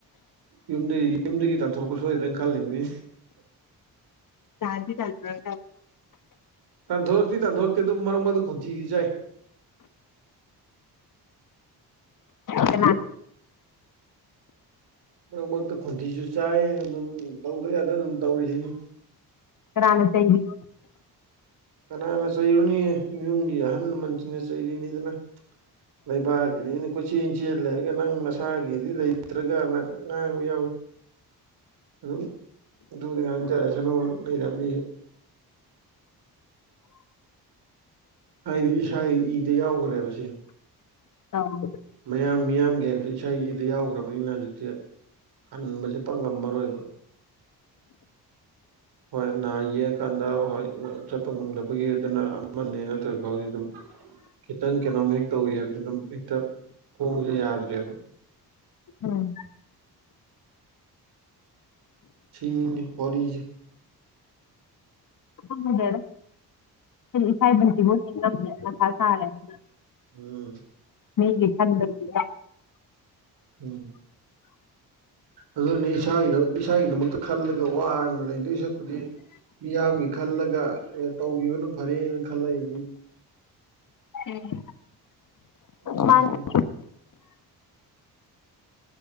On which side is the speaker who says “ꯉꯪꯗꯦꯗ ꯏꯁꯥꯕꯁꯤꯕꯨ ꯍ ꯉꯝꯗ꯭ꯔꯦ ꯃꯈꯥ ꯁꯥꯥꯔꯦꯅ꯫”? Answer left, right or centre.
Left